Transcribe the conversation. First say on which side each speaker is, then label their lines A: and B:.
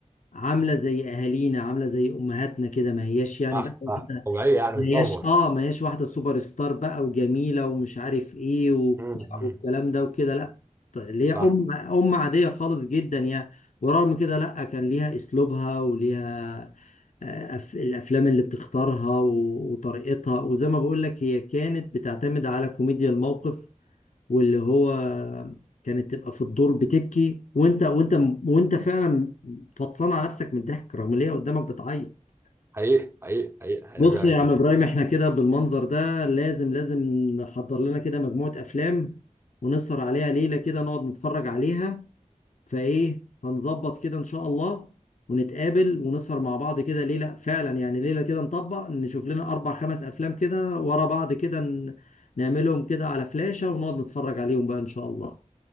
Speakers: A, on the left; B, on the right.
A: عاملة زي اهالينا عاملة زي امهاتنا كده ما هياش يعني
B: صح
A: بقى
B: صح
A: واحدة
B: طبيعيه يعني
A: ما
B: مش
A: هياش
B: اوفر
A: اه ما هياش واحدة سوبر ستار بقى وجميلة ومش عارف ايه وبتاع
B: مم.
A: والكلام ده وكده لا ط- اللي
B: صح
A: هي ام ام عادية خالص جدا يعني ورغم كده لا كان ليها اسلوبها وليها آه، أف- الافلام اللي بتختارها و- وطريقتها وزي ما بقول لك هي كانت بتعتمد على كوميديا الموقف واللي هو كانت تبقى في الدور بتبكي وانت وانت وانت فعلا فطسان على نفسك من الضحك رغم ان هي قدامك بتعيط
B: حقيقي حقيقي حقيقي حقيقي
A: بص
B: فعلا
A: يا
B: كده
A: عم ابراهيم احنا كده بالمنظر ده لازم لازم نحضر لنا كده مجموعة افلام ونسهر عليها ليلة كده نقعد نتفرج عليها فايه فنظبط كده ان شاء الله ونتقابل ونسهر مع بعض كده ليلة فعلا يعني ليلة كده نطبق نشوف لنا اربع خمس افلام كده ورا بعض كده ن- نعملهم كده على فلاشة ونقعد نتفرج عليهم بقى ان شاء الله